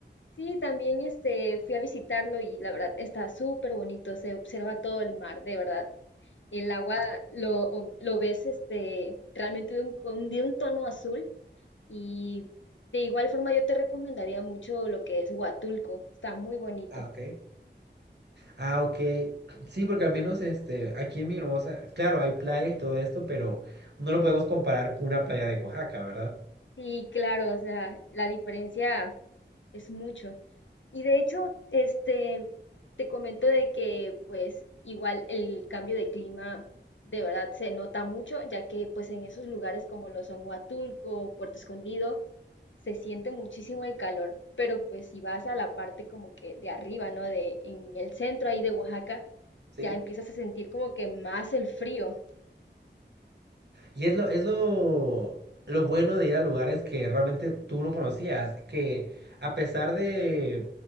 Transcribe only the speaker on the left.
Sí, también este, fui a visitarlo y la verdad está súper bonito, se observa todo el mar, de verdad. El agua lo, o- lo ves este, realmente de un, con- de un tono azul y de igual forma yo te recomendaría mucho lo que es Huatulco, está muy bonito.
Sí, claro, o sea, la diferencia es mucho. Y de hecho, este, te comento de que pues igual el cambio de clima de verdad se nota mucho, ya que pues en esos lugares como lo son Huatulco, Puerto Escondido, se siente muchísimo el calor, pero pues si vas a la parte como que de arriba, ¿no? De en el centro ahí de Oaxaca,
ya empiezas a sentir como que más el frío.